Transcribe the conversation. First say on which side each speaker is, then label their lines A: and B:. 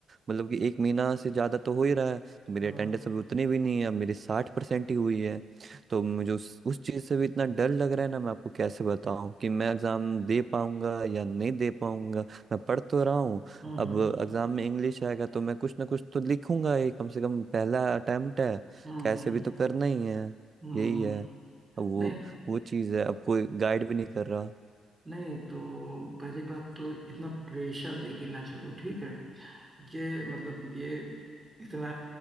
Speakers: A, on the right (about 45°); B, on the right (about 20°).
A: मतलब कि एक महीना से ज्यादा तो हो ही रहा है तो मेरी
B: हम्म
A: अटेंडेंस अभी उतनी भी नहीं है अब मेरी साठ परसेंट ही हुई है तो मुझे उस उस चीज से भी इतना डर लग रहा है ना मैं आपको कैसे बताऊं कि मैं एग्जाम दे पाऊंगा या नहीं दे पाऊंगा मैं पढ़ तो रहा हूँ
B: हम्म
A: अब एग्जाम में इंग्लिश आएगा तो मैं कुछ ना कुछ तो लिखूंगा ही कम से कम पहला अटेम्प्ट है
B: हम्म
A: कैसे भी तो करना ही है
B: हम्म
A: यही है अब वो
B: नहीं
A: वो चीज़ है अब कोई गाइड भी नहीं कर रहा
B: नहीं तो पहली बात तो इतना प्रेशर लेके ना चलो ठीक है ये मतलब ये इतना